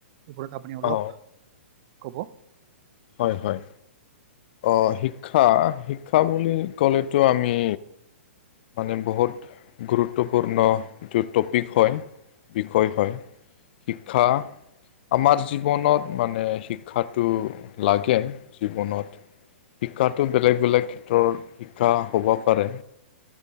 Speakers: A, on the right; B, on the left.
A: ওপৰত আপুনি অলপ
B: অ
A: ক'ব।
B: হয় হয়। আহ শিক্ষা - শিক্ষা বুলি ক'লেতো আমি মানে বহুত গুৰুত্বপূৰ্ণ যিটো টপিক হয়। বিষয় হয়, শিক্ষা আমাৰ জীৱনত মানে শিক্ষাটো লাগে জীৱনত। শিক্ষাটো বেলেগ- বেলেগ ক্ষেত্ৰৰ শিক্ষা হ'ব পাৰে।